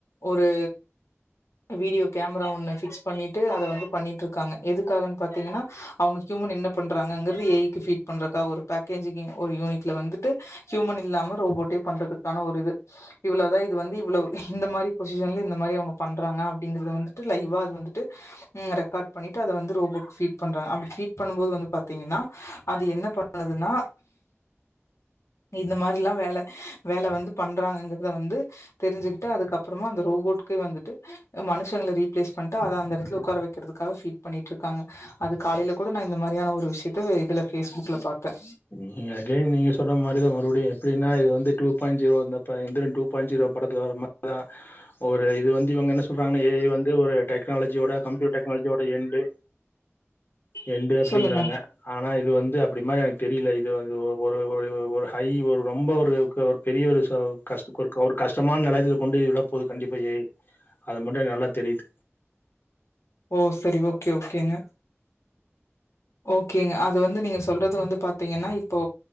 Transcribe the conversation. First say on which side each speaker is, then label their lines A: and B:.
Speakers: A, on the left; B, on the left.
A: ஒரு வீடியோ கேமரா ஒன்ன ஃபிக்ஸ் பண்ணிட்டு அத வந்து பண்ணிட்டு இருக்காங்க எதுக்காகன்னு பாத்தீங்கன்னா அவுங்க ஹியூமன் என்ன பண்றாங்கங்கிறது ஏ ஐ க்கு ஃபீட் பண்றக்கா ஒரு பேக்கேஜிங் ஒரு யூனிட்ல வந்துட்டு ஹியூமன் இல்லாம ரோபோட்டே பண்றதுக்கான ஒரு இது இவ்ளோதா இது வந்து இவ்ளவு இந்த மாரி பொசிஷன்ல இந்த மாரி அவுங்க பண்றாங்க அப்டிங்கறத வந்துட்டு லைவா அது வந்துட்டு ம் ரெக்கார்ட் பண்ணிட்டு அத வந்து ரோபோக்கு ஃபீட் பண்றாங்க அப்டி ஃபீட் பண்ணும் போது வந்து பாத்தீங்கன்னா அது என்ன பண்ணுதுன்னா இந்த மாரிலா வேல வேல வந்து பண்றாங்கங்க இத வந்து தெரிஞ்சுக்கிட்டு அதுக்கப்றமா அந்த ரோபோட்கே வந்துட்டு அ மனுஷங்கள ரீப்ளேஸ் பண்ணிடு அத அந்த எடத்துல ஒக்கார வெக்கிறதுக்காக ஃபீட் பண்ணிட்டு இருக்காங்க அது காலைல கூடோ நா இந்த மாரியான ஒரு விஷயத்த இதுல பேஸ்புக்ல பாத்த
B: நீங்க அகைன் நீங்க சொன்ன மாரிதா மறுபடியு எப்டின்னா வந்து டூ பாயிண்ட் ஜீரோ வந்தப்ப இந்திரன் டூ பாயிண்ட் ஜீரோ படத்துல வர மாரி அதா ஒரு இது வந்து இவுங்க என்ன சொல்றாங்கன்னா ஏ ஐ வந்து ஒரு டெக்னாலஜியோட கம்ப்யூட்டர் டெக்னாலஜியோட எண்டு
A: <unintelligible>
B: எண்டு அப்டிங்கறாங்க
A: சொல்லுங்க
B: ஆனா இது வந்து அப்டி மாரி எனக் தெரில இது வ இது ஒரு ஒரு ஒரு ஒரு ஹை ஒரு ரொம்ப ஒரு க பெரிய ஒரு ச கஷ்ட ஓரு க ஒரு கஷ்டமான நிலையத்துக்கு கொண்டு விடப்போது கண்டிப்பா ஏ ஐ அது மட்டு எனக்கு நல்லா தெரிது
A: ஓ செரி ஓகே ஓகேங்க ஓகேங்க அது வந்து நீங்க சொல்றது வந்து பாத்தீங்கன்னா இப்போ